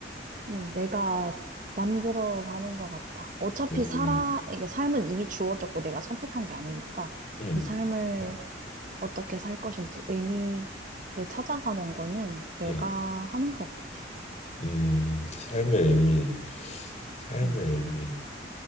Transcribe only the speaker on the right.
음, 내가 만들어 가는 것 같아. 어차피
살아, 이게 삶은 이미 주어졌고 내가 선택한 게 아니니까,
이 삶을 어떻게 살 것인지 의미를 찾아가는 거는 내가
하는 것 같아.
음,